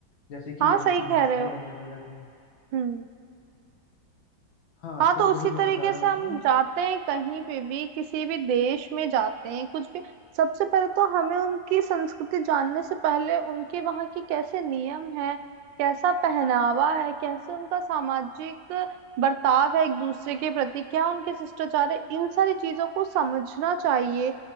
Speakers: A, on the left; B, on the right.
A: जैसे कि
B: हाँ
A: यहाँ
B: सही
A: की भाषाएं
B: कह रहे हो
A: अलग अलग हैं
B: हम्म
A: हाँ
B: हाँ
A: तो
B: तो
A: वही
B: उसी तरीके
A: मैं बता रहा
B: से हम
A: था
B: जाते हैं कहीं पे भी किसी भी देश में जाते हैं कुछ भी सबसे पहले तो हमें उनकी संस्कृति जानने से पहले उनके वहाँ के कैसे नियम है कैसा पहनावा है कैसे उनका सामाजिक बर्ताव है एक दूसरे के प्रति क्या उनके शिष्टाचार है इन सारी चीजों को समझना चाहिए